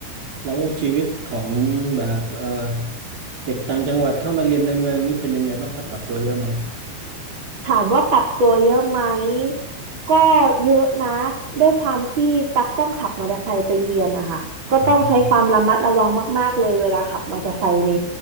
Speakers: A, on the right; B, on the right.
A: แล้วชีวิตของแบบเอ่อเด็กต่างจังหวัดเข้ามาเรียนในเมืองนี่เป็นยังไงบ้างครับปรับตัวเยอะไหม
B: ถามว่าปรับตัวเยอะไหม ก็เยอะนะ ด้วยความที่ตักต้องขับมอเตอร์ไซค์ไปเรียนนะคะ ก็ต้องใช้ความระมัดระวังมากๆเลยเวลาขับมอเตอร์ไซค์ใน
A: อืม